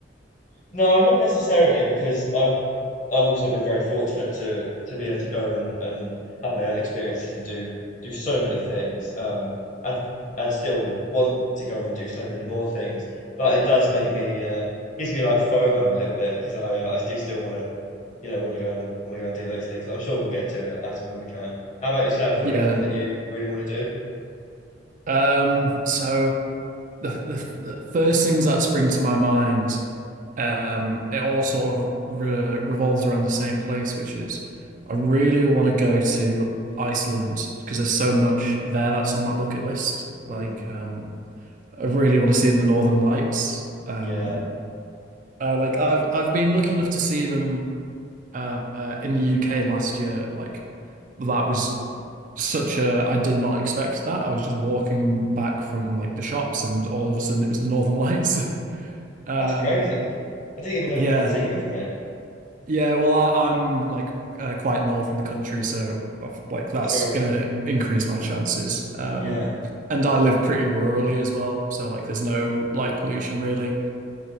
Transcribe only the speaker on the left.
No, not necessarily because I I've also been very fortunate to to be able to go and and have my own experiences and do do so many things, um, and and still want to go and do so many more things. But it does make me uh, gives me like FOMO a little bit because I uh, I do still want to you know want to go and want to go and do those things. But I'm sure we'll get to it as and when we can. How about yourself? Is there
anything that you really want to do?
Mm,
yeah,
that's crazy. I didn't even know
that we could see them from here.
True.
Yeah.